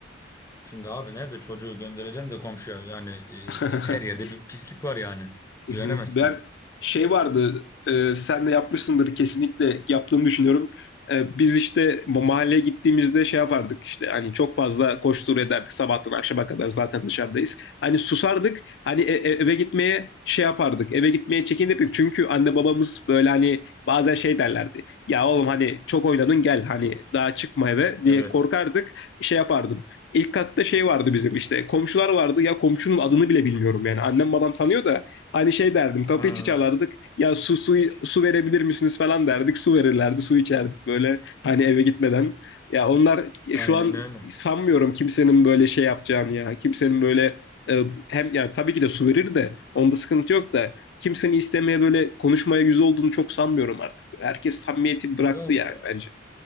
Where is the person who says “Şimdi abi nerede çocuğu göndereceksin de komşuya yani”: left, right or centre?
Left